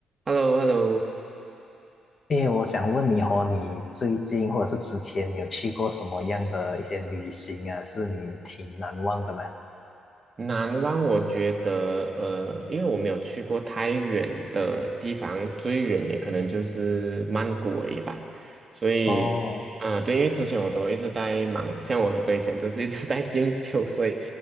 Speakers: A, on the right (about 30°); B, on the left (about 40°).
A: h e l l o h e l l o
B: 因为我想问你哦，你最近或者是之前，你有去过什么样的一些旅行啊？是你挺难忘的吗？
A: 南湾我觉得，呃，因为我没有去过太远的地方，最远也可能就是曼谷而已吧。所嗯以，
B: 哦
A: 啊、对，因为之前我都一直在忙，像我有跟你讲，就是一直 <laughs> 在进修，所以，